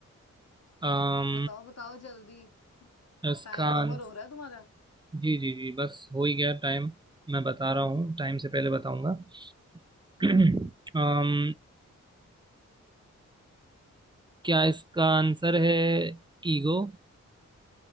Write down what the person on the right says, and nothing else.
अम,
इसका
आंसर
जी जी जी बस हो ही गया टाइम मैं बता रहा हूँ टाइम से पहले बताऊंगा <clears throat> अम, क्या इसका आंसर है ईगो